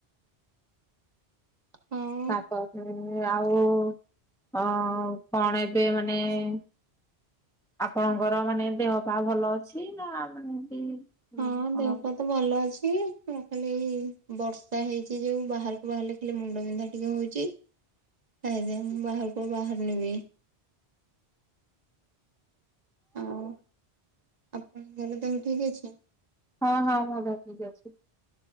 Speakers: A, on the right (about 40°); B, in the centre.
A: ହଁ
B: <inaudible> ଆପଣଙ୍କର ମାନେ ଦେହ ପା ଭଲ ଅଛି? ନା ମାନେ
A: ହଁ
B: ହଁ
A: ଦେହ ପା ତ ଭଲ ଅଛି ଖାଲି ବର୍ଷା ହେଇଛି ଯୋଉ ବାହାରକୁ ବାହାରିଲେ ହେଲେ ମୁଣ୍ଡ ବିନ୍ଧା ଟିକେ ହଉଛି ହେଇଥି ମୁଁ ବାହାରକୁ ଆ ବାହାରୁଣିବି ଆଉ ଆପଣ <unintelligible> ଠିକ୍ ଅଛି?
B: ହଁ ହଁ ମୁଁ ଧରିଛି ଝିଅ କୁ।